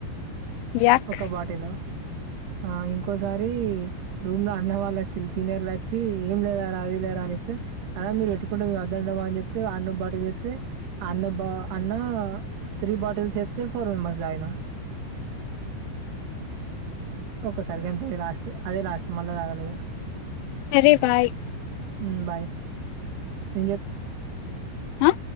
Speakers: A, on the left (about 85°); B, on the right (about 65°).
A: యాక్
B: ఒక బాటిలో ఆ ఇంకోసారి రూమ్ లో అన్న వాళ్ళ సీనియర్లు వచ్చి ఏం లేదారా అ అది లేరా అని చెప్తే అన్నా మీరు పెట్టుకుంటే మేమద్దంటామా అని చెప్తే ఆ అన్న బాట్ ఐతే అన్న బా అన్న త్రీ బాటిల్స్ ఎత్తే ఫోర్ మెంబర్స్ తాగినం ఒక్కసారికి అంతే లాస్ట్ అదే లాస్ట్ మళ్ళా తాగలే ఇగ
A: సరే బాయ్
B: ఉమ్ బాయ్ ఏం చెప్
A: ఆ